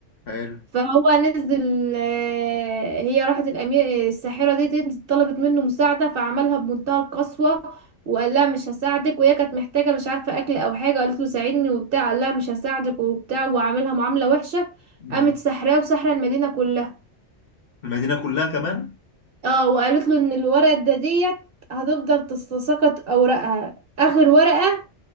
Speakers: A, on the left; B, on the right.
A: حلو
B: فهو نزل آه، هي راحت الأمير آه، الساحرة ديت طلبت منه مساعدة فعملها بمنتهى القسوة وقال لها مش هساعدك وهي كانت محتاجة مش عارفة أكل أو حاجة قالت له ساعدني وبتاع قال لها مش هساعدك وبتاع وعاملها معاملة وحشة
A: مم.
B: قامت سحراه وسحرة المدينة كلها
A: المدينة كلها كمان
B: اه وقالت له ان الورقة ده ديت هتفضل تتساقط اوراقها اخر ورقة